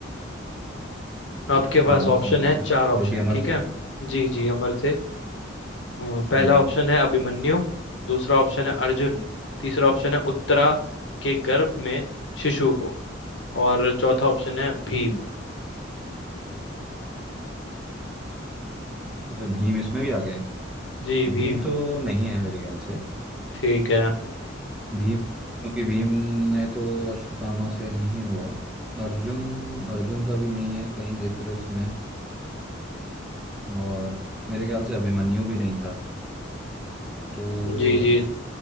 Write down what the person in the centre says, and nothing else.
हाँ
समझ गया
जो कि अमर
थे
हम्म
अच्छा भीम इसमें भी आ गए
भीम
तो नहीं है मेरे ख्याल से
भीम तो, क्योंकि भीम ने तो अश्वत्थामा से नहीं हुआ अर्जुन अर्जुन का भी नहीं है कहीं जिक्र उसमें और मेरे ख्याल से अभिमन्यु भी नहीं था तो